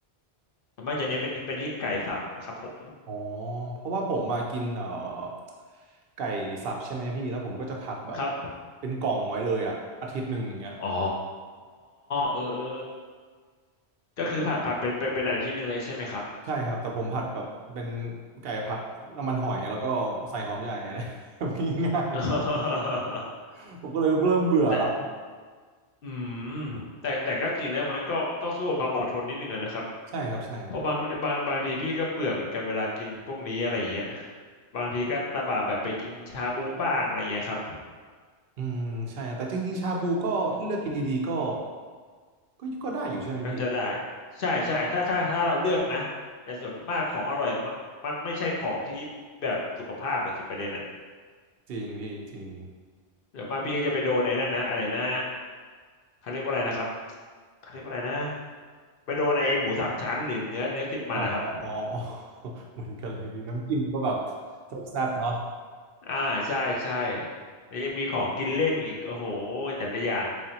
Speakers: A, on the left; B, on the right.
A: ส่วนมากจะเน้นเป็นที่เป็นที่ไก่สับครับผม
B: อ๋อเพราะว่าผมมากินเอ่อไก่สับใช่ไหมพี่แล้วผมก็จะผัดแบบ
A: ครับ
B: เป็นกล่องไว้เลยอะอาทิตย์หนึ่งอย่างเงี้ย
A: อ๋อเออเออก็คือผัดผัดเป็นเป็นเป็นอาทิตย์หนึ่งเลยใช่ไหมครับ
B: ใช่ครับแต่ผมผัดแบบเป็นไก่ผัดน้ำมันหอยแล้วก็ใส่หอมใหญ่อะไร <laughs> แบบง่าย
A: <laughs>
B: ๆผมก็เลยเริ่มเบื่อแล้ว
A: แต่อืมแต่แต่ก็จริงแล้วมันก็ต้องสู้กับความอดทนนิดนึงอะนะครับ
B: ใช่ครับใช่
A: เพราะบางบางบางทีพี่ก็เบื่อเหมือนกันเวลากินพวกนี้อะไรอย่างเงี้ยบางทีก็ตะบะแบบไปกินชาบูบ้างอะไรอย่างเงี้ยครับ
B: อืมใช่ครับแต่จริงๆชาบูก็ถ้าเลือกกินดีๆก็ก็ก็ได้อยู่ใช่ไหมพี่
A: ก็จะได้ใช่ใช่ถ้าถ้าถ้าเราเลือกนะแต่ส่วนมากของอร่อยมักมักไม่ใช่ของที่แบบสุขภาพอะสิประเด็นอะ
B: จริงพี่จริง
A: เดี๋ยวมากพี่ก็จะไปโดนไอ้นั่นนะอะไรนะเขาเรียกว่าอะไรนะครับเขาเรียกว่าอะไรนะไปโดนไอ้หมูสามชั้นหรือเนื้อเนื้อติดมันนะครับ
B: อ๋อ <laughs> อ๋ออ๋อ <laughs> เหมือนกันเลยน้ำจิ้มก็แบบแซ่บๆเนาะ
A: <laughs> อ่าใช่ใช่แล้วยังมีของกินเล่นอีกโอ้โหแต่ละอย่าง